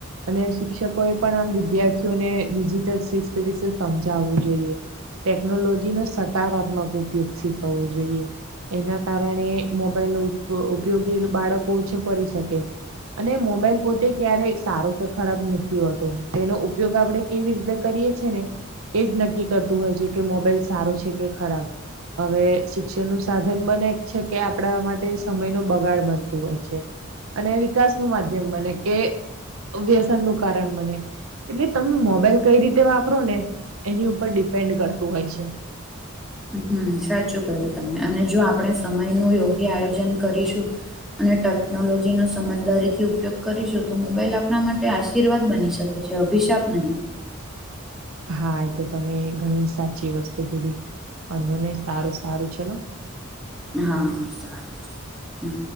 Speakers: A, on the right; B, in the centre.
A: અને શિક્ષકો એ પણ વિદ્યાર્થીઓને ડિજીિટલ શિસ્ત વિશે સમજાવવું જોઈએ. ટેકનોલોજી નો સકારાત્મક ઉપયોગ શીખવવો જોઈએ. એના કારણે મોબાઈલ નો ઉપ ઉપયોગી બાળકો ઓછો કરી શકે. અને મોબાઈલ પોતે ક્યારેય સારો કે ખરાબ નથી હોતો તેનો ઉપયોગ આપડે કેવી રીતે કરીએ છે ને એજ નક્કી કરતું હોય છે કે મોબાઈલ સારો છે કે ખરાબ. હવે શિક્ષણ નું સાધન બને જ છે કે આપણા માટે સમય નો બગાડ બનતું હોય છે. અને વિકાસ નું માધ્યમ બને કે વ્યસન નું કારણ બને. એટલે તમે મોબાઈલ કઈ રીતે વાપરો ને એની ઉપર ડિપેન્ડ કરતું હોય છે.
B: હમ્મ, સાચું ક્યું તમે અને જો આપણે સમય નું યોગ્ય આયોજન કરીશું અને ટેકનોલોજીનો સમજદારી થી ઉપયોગ કરીશું તો મોબાઈલ આપણા માટે આશીર્વાદ બની શકે છે અભિશાપ નય.
A: હા, એ તો તમે ઘણું સાચી વસ્તુ કીધી. વાંધો નય સારું સારું છે ને.
B: હા હા, સારું છે હ.